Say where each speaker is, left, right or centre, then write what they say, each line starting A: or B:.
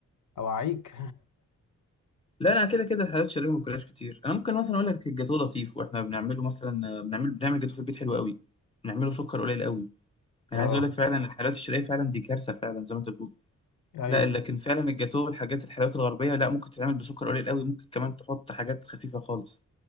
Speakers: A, on the left (about 80°); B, on the left (about 20°).
A: أوعيك
B: لا انا كده كده الحلويات الشرقية ما باكلهاش كتير انا ممكن مثلا اقول لك الجاتوه لطيف واحنا بنعمله مثلا بنعمل بنعمل جاتوه في البيت حلو قوي بنعمله سكر قليل قوي
A: <laughs>
B: انا
A: أه
B: عايز اقول لك فعلا الحلويات الشرقيه فعلا دي كارثه فعلا زي ما انت بتقول
A: أيوه
B: لا لكن فعلا الجاتوه والحاجات الحلويات الغربيه لا ممكن تتعمل بسكر قليل قوي ممكن كمان تحط حاجات خفيفه خالص